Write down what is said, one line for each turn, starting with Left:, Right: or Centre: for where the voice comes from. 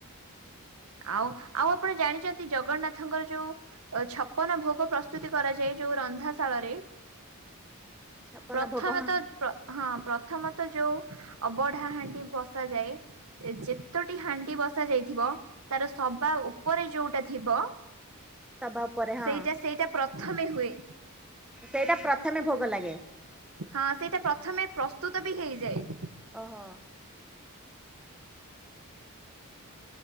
Right: ଆଉ ଆଉ ଆପଣ ଜାଣିଛନ୍ତି ଜଗନ୍ନାଥଙ୍କର ଯୋଉ ଅ ଛପନ ଭୋଗ ପ୍ରସ୍ତୁତି କରାଯାଏ ଯୋଉ ରନ୍ଧାଶାଳରେ?
Centre: ଛପନ
Right: ପ୍ରଥମେ
Centre: ଭୋଗ ହଁ
Right: ତ ହଁ ପ୍ରଥମ ତ ଯୋଉ ଅବଢା ହାଣ୍ଡି ବସାାଯାଏ ସେ ଯେତୋଟି ହାଣ୍ଡି ବସା ଯାଇଥିବ ତାର ସବା ଉପରେ ଯୋଉଟା ଥିବ
Centre: ସବା ଉପରେ ହଁ
Right: ସେଇଟା ସେଇଟା ପ୍ରଥମେ ହୁଏ।
Centre: ସେଇଟା ପ୍ରଥମେ ଭୋଗ ଲାଗେ।
Right: ହଁ ସେଇଟା ପ୍ରଥମେ ପ୍ରସ୍ତୁତ ବି ହେଇଯାଏ।
Centre: ଓହୋ।